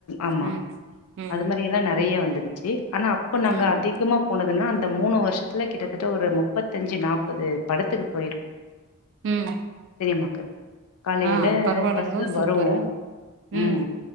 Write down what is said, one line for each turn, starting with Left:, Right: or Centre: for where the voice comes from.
Left: ஆமா
Right: ம் ம்
Left: அது மாரி எல்லாம் நெறைய வந் சச்சு <unintelligible> ஆனா அப்ப நாங்க
Right: ம்
Left: அதிகமா போனதுன்னா மூணு வருஷத் த்துல கிட்டத்தட்ட ஒரு முப்பத்தஞ்சு நாற்பது படத்துக்கு போயிருப்
Right: ம்
Left: சேரிம்மாக்கு காலையில
Right: ஆ பரவாயில்லைங்கோ
Left: பஸ்ல
Right: சூப்பரு
Left: வருவோம்
Right: ம்
Left: உம்